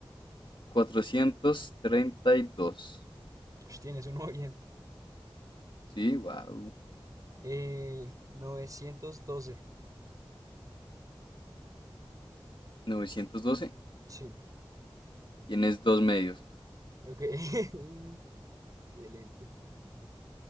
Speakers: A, on the left; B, on the right.
A: cuatrocientos treinta y dos
B: Tienes uno bien.
A: Sí, wow.
B: Eh, novecientos doce.
A: novecientos doce
B: Sí,
A: Tienes dos medios.
B: ok. <laughs> Excelente.